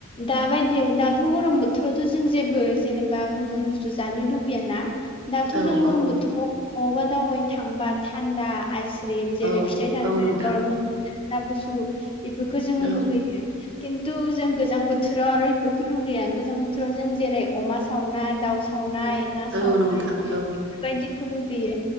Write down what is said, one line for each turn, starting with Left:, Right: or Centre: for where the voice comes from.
Left: दााबायदियाव दाथ' गरम बोथोरावथ' जों जेबो जेनेबा गुदुं बुस्थु जानो लुबैयाना। दाथ'
Right: औ
Left: जों गरम
Right: औ
Left: बोथोराव बहाबा दावबायनो थांबा थान्दा आइसक्रिम जेरै
Right: औ
Left: फिथाइ-सामथाइ
Right: औ नोंथां
Left: थानदा टरमुज थानदा गुसु बेफोरखौ जोङो
Right: औ
Left: लुगैयो। खिन्थु जों गोजां बोथोराव आरो बेफोरखौ लुगैया। गोजां बोथोराव जों जेरै अमा सावनाय दाव सावनाय ना सावनाय
Right: औ नोंथां औ
Left: बेफोरबायदिखौ लुबैयो।